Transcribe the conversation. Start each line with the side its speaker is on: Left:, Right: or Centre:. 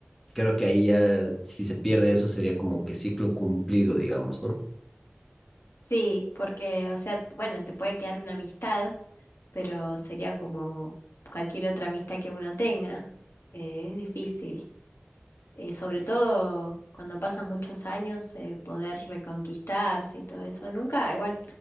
Centre: creo que ahí ya si se pierde eso sería como que ciclo cumplido, digamos, ¿no?
Left: Sí, porque, o sea, bueno, te puede quedar una amistad, pero sería como cualquier otra amistad que uno tenga. Eh, es difícil. eh, sobre todo cuando pasan muchos años, eh, poder reconquistarse y todo eso. Nunca, igual,